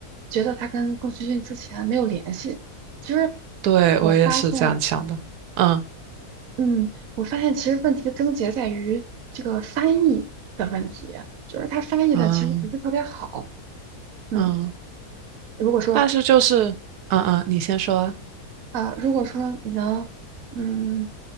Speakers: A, on the right; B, on the right.
A: 觉得它跟宫崎骏之前没有联系。其实
B: 对，
A: 我发现。
B: 我也是这样想的。嗯
A: 嗯，我发现其实问题的症结在于这个翻译的问题，就是它翻译的其实不是特别好。
B: 嗯
A: 嗯，
B: 嗯，
A: 如果说
B: 但是就是嗯嗯，你先说。
A: 啊、呃如果说你能，嗯，